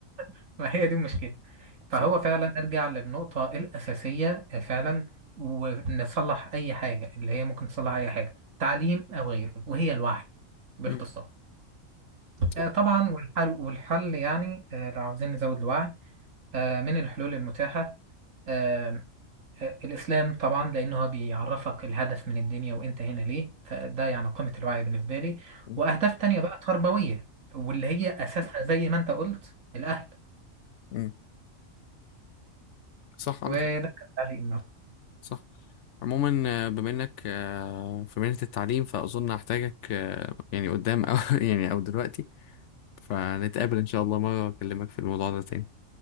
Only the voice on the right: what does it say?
<laughs> ما هي دي المشكله فهو
فعلا نرجع للنقطه الاساسيه فعلا ونصلح اي حاجه اللي هي ممكن تصلح اي حاجه تعليم او غيره وهي الوعي باختصار
آه، طبعا والحل والحل يعني آه، لو عاوزين نزود الوعي آه، من الحلول المتاحه آه، آه، الإسلام طبعا لأنه هو بيعرفك الهدف من الدنيا وأنت هنا ليه فده يعني قمة الوعي بالنسبة لي
وأهداف تانية بقى تربوية واللي هي أساسها زي ما أنت قلت الأهل
وده
كان تعليقي النهاردة